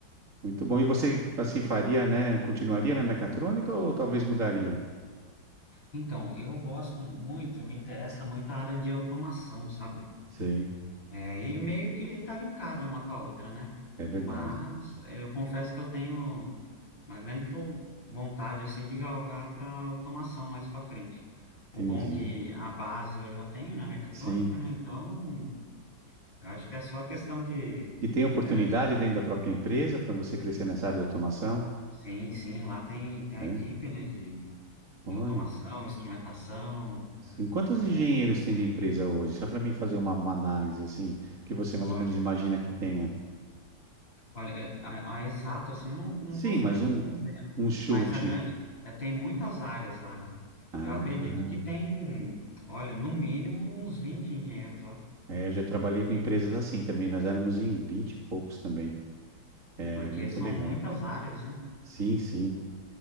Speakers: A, on the right; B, on the left.
A: Muito bom. E você, assim, faria, né? Continuaria na mecatrônica ou talvez mudaria?
B: Então, eu gosto muito, me interessa muito a área de automação, sabe?
A: Sei,
B: É, e meio que tá linkada uma com a outra, né?
A: é
B: Mas
A: verdade.
B: eu confesso que eu tenho uma grande vo- vontade, assim, de galgar para automação mais para frente. O
A: Entendi.
B: bom é que a base eu já tenho na mecatrônica,
A: Sim.
B: né? Então, eu acho que é só questão de
A: E tem oportunidade
B: é,
A: dentro da própria empresa para você crescer nessa área de automação?
B: Sim, sim, lá tem, tem a
A: É?
B: equipe, né, de, de
A: Olha.
B: automação, instrumentação,
A: Sim. Quantos
B: é,
A: engenheiros tem na empresa hoje? Só para mim fazer uma, uma análise assim, que você
B: olha,
A: mais ou menos imagina que tenha.
B: olha, é, a, a exato, assim, eu não, não
A: Sim,
B: vou saber
A: mas
B: te
A: um,
B: dizer,
A: um chute.
B: mas a gran... eh, tem muitas áreas lá, né,
A: Ah,
B: eu acredito que tem, olha, no mínimo uns 20 engenheiros lá,
A: é, eu já trabalhei
B: porque,
A: com empresas assim também. Nós éramos em 20 e poucos também. É
B: porque
A: muito
B: são
A: legal.
B: muitas áreas, né,
A: Sim, sim.